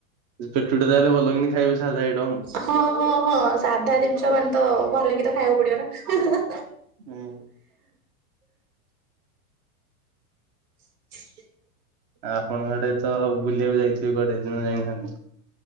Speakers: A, on the right (about 35°); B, on the right (about 75°).
A: ପେଟ ଟା ତାହେଲେ ଭଲ କିନି ଖାଇବେ ସାଧା ଆଇଟମ୍।
B: ହଁ ହଁ ହଁ ସାଧା ଜିନିଷ ମାନେ ତ ଭଲ କି ତ ଖାଇବାକୁ ପଡ଼ିବ ନା।
A: ହୁଁ।
B: <inaudible>
A: ଆ ଆପଣଙ୍କ ଆଡେ ତ ବୁଲିବାକୁ ଯାଇଥିବେ କୁଆଡେ ଜମ୍ହା ଯାଇନାହାନ୍ତି?